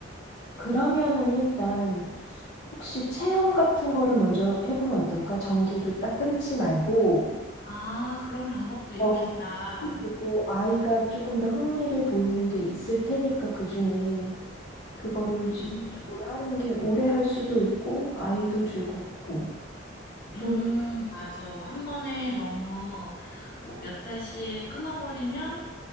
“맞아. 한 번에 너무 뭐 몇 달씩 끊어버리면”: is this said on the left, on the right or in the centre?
Left